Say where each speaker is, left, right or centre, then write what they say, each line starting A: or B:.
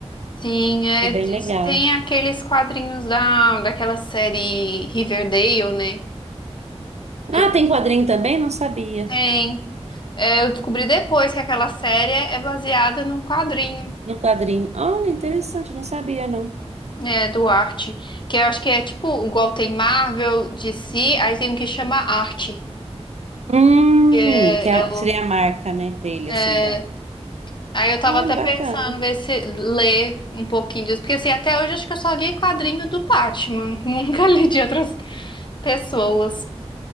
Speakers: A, on the left; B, on the right.
A: Sim, é,
B: É bem
A: diz-
B: legal.
A: tem aqueles quadrinhos da, daquela série Riverdale, né? Que
B: Ah,
A: o pessoal
B: tem quadrinho também? Não sabia.
A: tem. É, eu descobri depois que aquela série é é baseada num quadrinho,
B: No quadrinho. Olha, interessante, não sabia, não.
A: é, do Arte, que eu acho que é tipo, igual tem Marvel, DC, aí tem um que chama Arte.
B: Hum,
A: que É,
B: que é-
A: é o-
B: seria a marca, né, dele,
A: é,
B: assim, da.
A: aí eu tava
B: Olha,
A: até
B: bacana.
A: pensando ver se ler um pouquinho disso, porque assim, até hoje acho que eu só li quadrinho do Batman, <laughs> nunca li de outras pessoas.